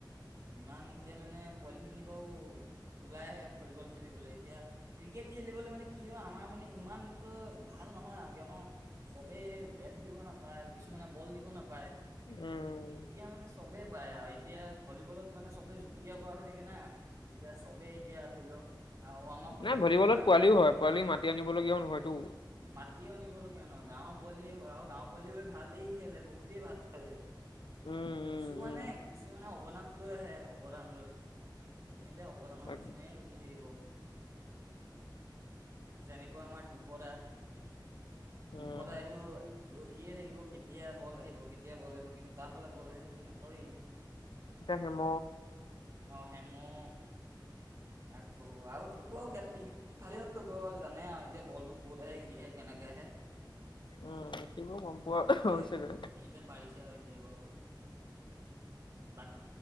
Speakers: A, on the right (about 40°); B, on the left (about 80°).
A: ইমান এতিয়া মানে পলিখিনি বাৰু ওলাই আহে। ভলীবল খেলিবলে এতিয়া ক্ৰিকেট খেলিবলৈ মানে কি হয় আমাৰ মানে ইমানত ভাল নহয় আৰু। অ, চবেই বেট ধৰিব না পায় কিছুমানে বল দিব নাপায়
B: উম
A: এতিয়া মানে চবে পায় আৰু এতিয়া ভলীবলত মানে চবে জুপিয়া কৰা হৈ থাকে না এতিয়া চবেই এতিয়া ধৰি লও ৱাৰ্ম আপ হৈ
B: নাই
A: থাকে
B: ভলীবলত
A: পুৰা
B: পোৱালিও হয় পোৱালিক মাতি আনিবলগীয়াও নহয়তো।
A: মাতি আনিব লগগীয়া নহয় গাৱৰ পোৱালি হয় আৰু গাওৰ পোৱালি ভালেই খেলে বহুতেই ভাল খেলে।
B: উম
A: কিছুমানে-কিছুমানে
B: উম উম
A: অৱদান লৈ আহে অৱদান লৈ। সেইখিনিতে অৱদানৰ
B: তাকে
A: নিচিনাই ৰখি থাকিব। যেনেকৈ আমাৰ দিব্য দা।
B: উম
A: দিব্যতাইটো ৰখিয়ে থাকিব কেতিয়া বল আহিব কেতিয়া বল আহিব কিন্তু তাৰ ফালে বল আহিলে সি নধৰেই।
B: দে হেম।
A: অ' হেমো আকৌ আ <unintelligible> হেইটোকো জানে আৰু এতিয়া বলটো ক'ত আহে কি আহে কেনেকে আহে
B: উম কিব গম পোৱা
A: সিহতে-
B: হৈছেগে
A: সিহঁতে পাৰিছে আৰু। <unintelligible>